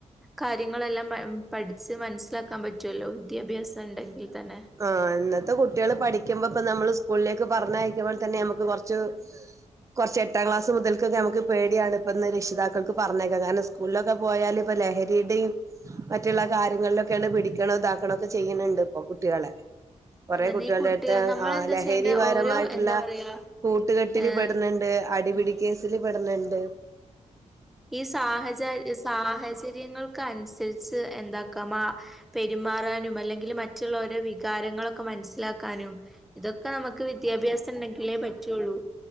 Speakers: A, in the centre; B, on the right (about 25°).
A: കാര്യങ്ങളെല്ലാംമ - പഠിച്ച് മനസ്സിലാക്കാൻ പറ്റുമല്ലോ വിദ്യാഭ്യാസണ്ടെങ്കിൽ തന്നെ,
B: ആഹ് ഇന്നത്തെ കുട്ടികൾ പഠിക്കുമ്പപ്പൊനമ്മള് സ്കൂളിലേക്ക് പറഞ്ഞയക്കുമ്പോൾ തന്നെ നമക്ക് കൊർച്ച് കൊർച്ച് എട്ടാം ക്ലാസ് മുതൽക്കൊക്കെ നമുക്ക് പേടിയാണ് ഇപ്പന്ന് രക്ഷിതാക്കക്ക് പറഞ്ഞേക്കാൻ. കാരണം സ് - സ്കൂളിലൊക്കെ പോയാൽ ഇപ്പ ലഹരിയുടിം മറ്റുള്ള കാര്യങ്ങളിലക്- ക്കേണ് പിടിക്കണോ ഇതാക്കണോ ഒക്കെ ചെയ്യ്‌ണ് ണ്ട്പ്പൊ കുട്ടികളെ കൊറേ
A: അതന്നെ
B: കുട്ട്യേൾണ്ടെ
A: ഈ കുട്ടികൾ
B: അടുത്ത്
A: നമ്മളെന്താ
B: ആ ലഹരിപരമായിട്ടുള്ള
A: വെച്ചാ അതിന്റെ ഓരോ എന്താ പറയാ
B: കൂട്ടുകെട്ടില്
A: ഏഹ്
B: പെടുന്നുണ്ട്, അടിപിടി
A: ഉം
B: കേസില് പെട്ന്ന്ണ്ട്
A: ഈ സാഹച സാഹചര്യങ്ങൾക്ക് അനുസരിച്ച് എന്താക്കാ മാ- പെരുമാറാനും അല്ലെങ്കില് മറ്റുള്ളവരോ വികാരങ്ങളൊക്- ക്ക മൻസ്സിലാക്കാനും ഇതൊക്കെ നമുക്ക് വിദ്യാഭ്യാസംണ്ടെങ്കിലേ പറ്റുള്ളൂ